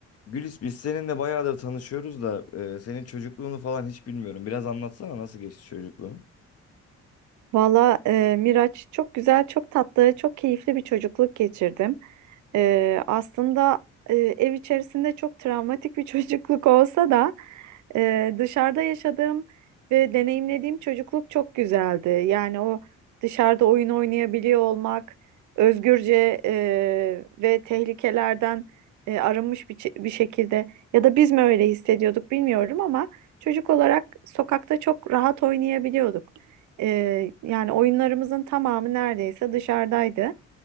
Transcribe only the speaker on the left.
Gülis biz seninle bayağıdır tanışıyoruz da e, senin çocukluğunu falan hiç bilmiyorum. Biraz anlatsana nasıl geçti çocukluğun?